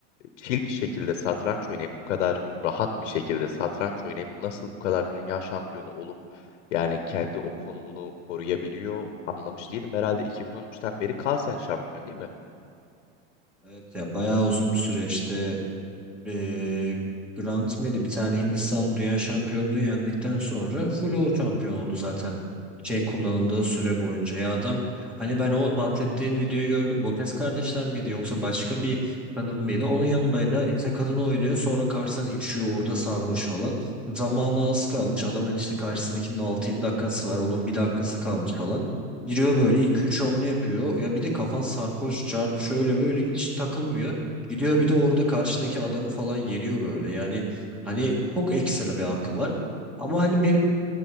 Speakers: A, on the left; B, in the centre.
A: chill bir şekilde satranç oynayıp, bu kadar rahat bir şekilde satranç oynayıp nasıl bu kadar dünya şampiyonu olup yani kendi o konumunu koruyabiliyor anlamış değilim. Herhalde 2013'ten beri Carlsen şampiyon değil mi?
B: Evet ya bayağı uzun bir süreçti. Ee, Grant Mary bir tane Hindistan dünya şampiyonluğu yendikten sonra full o şampiyon oldu zaten şey kullanıldığı süre boyunca. Ya adam hani ben o bahsettiğin videoyu gördüm. Botes kardeşler miydi yoksa başka bir kadın mıydı? Onun yanındaydı. İşte kadın oynuyor sonra karşısına içiyor orada sarhoş falan. Zamanı az kalmış. Adamın işte karşısındakinin altı yedi dakikası var. Onun bir dakikası kalmış falan. Giriyor böyle 2-3 hamle yapıyor. Ya bir de kafan sarhoş, çarp şöyle böyle hiç takılmıyor. Gidiyor bir de orada karşıdaki adamı falan yeniyor böyle. Yani hani çok ekstra bir akıl var. Ama hani benim